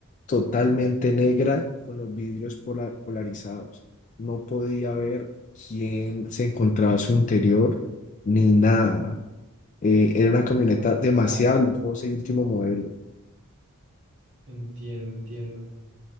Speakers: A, on the left (about 35°); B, on the right (about 65°).
A: totalmente negra con los vidrios pola- polarizados. No podía ver quién se encontraba a su interior ni nada. Eh, era
B: Supongo
A: una camioneta
B: que era polarizada.
A: demasiado
B: ¿cierto?
A: lujosa y último modelo.
B: Entiendo, entiendo.